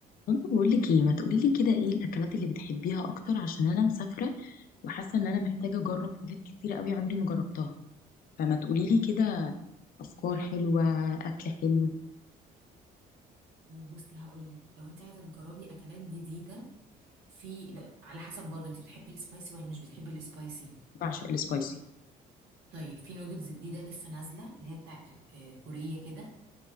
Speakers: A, on the left (about 60°); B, on the right (about 80°).
A: كنت بقول لك ايه ما تقولي لي كده ايه الاكلات اللي بتحبيها اكتر عشان انا مسافره وحاسه ان انا محتاجه اجرب حاجات كتيره قوي عمري ما جربتها فما تقولي لي كده افكار حلوه اكل حلو
B: بصي هقول لك لو انت عايزه تجربي اكلات جديده في لا على حسب برضه انت بتحبي السبايسي ولا مش بتحبي السبايسي
A: بعشق السبايسي
B: طيب في نودلز جديده لسه نازله اللي هي بتاعت ال- آه، كوريه كده